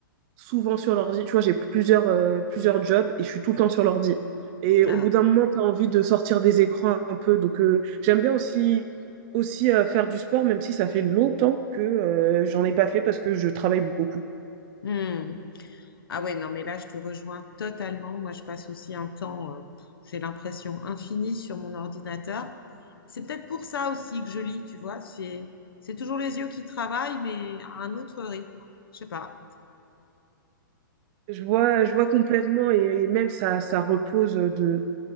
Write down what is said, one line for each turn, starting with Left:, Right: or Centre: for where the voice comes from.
Right: souvent sur l'ordi. Tu vois, j'ai plusieurs, euh, plusieurs jobs et je suis tout le temps
Left: Mm.
Right: sur l'ordi. Et au
Left: Ah.
Right: bout d'un moment, tu as envie de sortir des écrans un peu. Donc, euh, j'aime bien aussi, aussi euh, faire du sport, même si ça fait longtemps que euh, j'en ai pas fait parce que je travaille beaucoup.
Left: Hmm. Ah ouais, non, mais là, je te rejoins totalement. Moi, je passe aussi un temps, euh, pff, j'ai l'impression, infini sur mon ordinateur. C'est peut-être pour ça aussi que je lis, tu vois. C'est, c'est toujours les yeux qui travaillent, mais à un autre rythme. Je sais pas.
Right: Je vois, je vois complètement et même ça, ça repose de,